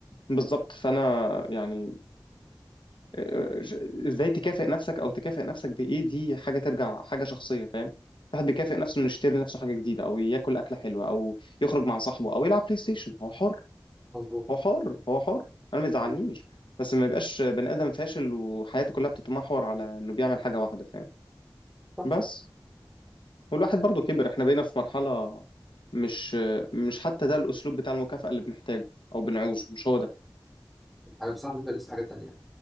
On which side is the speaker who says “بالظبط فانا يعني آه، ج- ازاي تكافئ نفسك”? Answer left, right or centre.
Left